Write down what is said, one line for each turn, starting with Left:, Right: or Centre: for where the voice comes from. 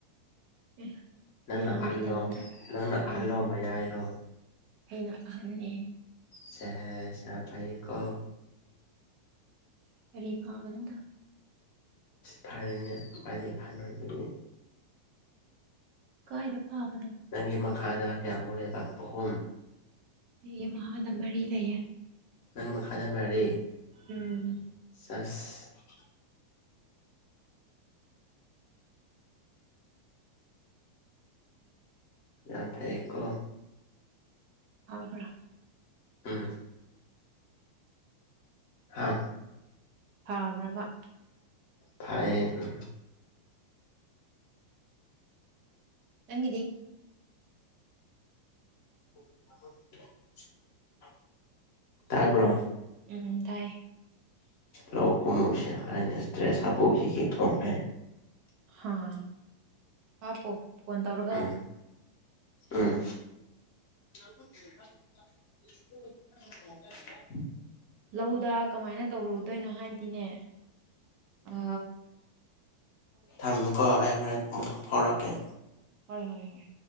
Right: ꯑꯦ
Left: ꯅꯪꯅ
Right: ꯌꯥꯃꯦꯗꯅ
Left: ꯑꯍꯜꯂꯣ
Right: ꯗꯣ
Left: ꯅꯪꯅ ꯑꯍꯜꯂꯣ
Right: ꯑ
Left: ꯃꯌꯥꯏꯔꯣ
Right: ꯑꯩꯅ ꯑꯍꯅꯤ
Left: ꯁꯦꯁ ꯌꯥꯝ ꯐꯩꯏ ꯀꯣ
Right: ꯀꯔꯤ ꯐꯕꯗ
Left: ꯐꯔꯦꯅꯦ ꯍꯥꯏꯗꯤ ꯍꯟ ꯑꯣꯏꯕꯗꯤ
Right: ꯀꯥꯏꯗ ꯐꯥꯕꯅꯣ
Left: ꯅꯪꯒꯤ ꯃꯈꯥꯗ ꯀꯌꯥꯃꯨꯛ ꯂꯩꯕ ꯑꯍꯨꯝ
Right: ꯑꯩ ꯃꯈꯗ ꯃꯔꯤ ꯂꯩꯌꯦ
Left: ꯅꯪ ꯃꯈꯥꯗ ꯃꯥꯔꯦ
Right: ꯎꯝ
Left: ꯆꯁ <inaudible> <inaudible> ꯌꯥꯝ ꯐꯩꯀꯣ
Right: ꯇꯕꯔ
Left: ꯎꯝ ꯍꯥꯥ
Right: ꯊꯥ ꯃ <unintelligible>
Left: ꯐꯥꯏꯌꯦ ꯎꯝ
Right: ꯗꯤ
Left: <inaudible> <inaudible> ꯇꯥꯕ꯭ꯔꯣ
Right: ꯎꯝꯝ ꯇꯥꯏꯌꯦ
Left: ꯂꯧ ꯀꯨꯝꯃꯨꯁꯦ ꯍꯥꯏꯅ ꯏꯁꯇ꯭ꯔꯦꯁ ꯍꯥꯄꯧꯁꯤ ꯌꯦꯛꯊꯣꯡꯈꯦ
Right: ꯍꯥꯥ ꯍꯥꯞꯄꯣ ꯐꯣꯟ ꯇꯧꯔꯒ
Left: ꯎꯝ
Right: ꯍꯥ
Left: ꯎꯝ <inaudible> <inaudible>
Right: ꯂꯧꯗ ꯀꯃꯥꯏꯅ ꯇꯧꯔꯨꯗꯣꯏꯅꯣ ꯍꯥꯏꯅꯗꯤꯅꯦ ꯑ
Left: ꯊꯝꯃꯦꯀꯣ ꯑꯩ ꯍꯣꯔꯦꯟ ꯃꯨꯊꯣꯛ ꯐꯥꯎꯔꯛꯀꯦ
Right: ꯍꯣꯏ ꯍꯣꯏ ꯍꯣꯏ